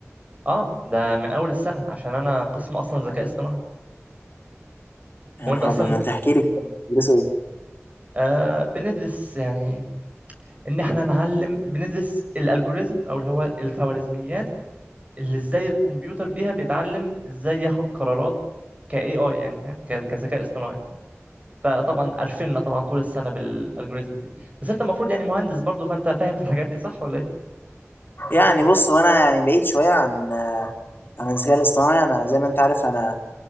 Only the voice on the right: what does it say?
اه ده من اول السنة عشان انا قسم اصلا ذكاء اصطناعي
هو انت
اصلا
آه بندرس يعني ان احنا نعلم بندرس الالجوريزم او اللي هو الخوارزميات اللي ازاي الكمبيوتر بيها بيتعلم ازاي ياخد قرارات ك AI يعني فاهم ك- كذكاء اصطناعي فطبعا قرفنا طبعا طول السنة بالالجوريزم دي بس انت المفروض يعني مهندس برضو فانت فاهم في الحاجات دي صح ولا ايه؟